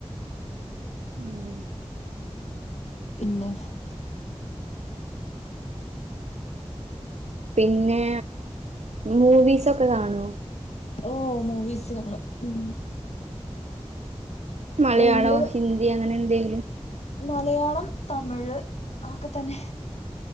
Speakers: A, on the right; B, on the left.
A: ഉം
B: ഇന്നെ
A: പിന്നെ മൂവീസൊക്കെ കാണോ
B: ഓ മൂവീസ് കാണും ഉം
A: മലയാളം,
B: ഇങ്ങള്
A: ഹിന്ദി അങ്ങനെ എന്തെങ്കിലും
B: മലയാളം, തമിഴ് അഒക്കെ തന്നെ